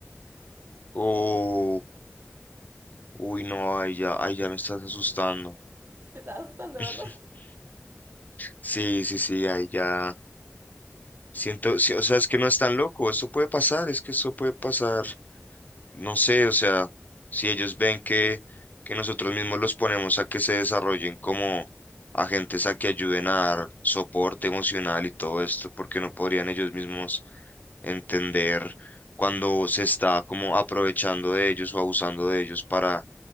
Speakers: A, on the left; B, on the right.
A: O Uy, no, ahí ya, ahí ya me estás asustando.
B: <laughs> Te estás asustando,
A: <laughs>
B: ¿verdad?
A: Sí, sí, sí, ahí ya. Siento, sí, o sea, es que no es tan loco, eso puede pasar, es que eso puede pasar. No sé, o sea, si ellos ven que, que nosotros mismos los ponemos a que se desarrollen como agentes a que ayuden a dar soporte emocional y todo esto, porque no podrían ellos mismos entender cuando se está como aprovechando de ellos o abusando de ellos para,